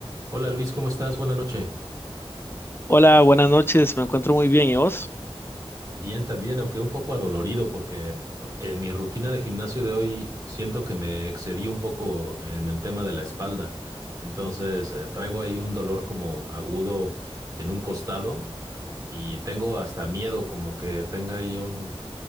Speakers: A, on the right (about 35°); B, on the left (about 20°).
A: Hola Luis, ¿cómo estás? Buenas noches.
B: Hola, buenas noches, me encuentro muy bien, ¿y vos?
A: Bien, también, aunque un poco adolorido, porque en mi rutina de gimnasio de hoy siento que me excedí un poco en el tema de la espalda. Entonces, eh, traigo ahí un dolor como agudo en un costado y tengo hasta miedo como que tenga ahí un,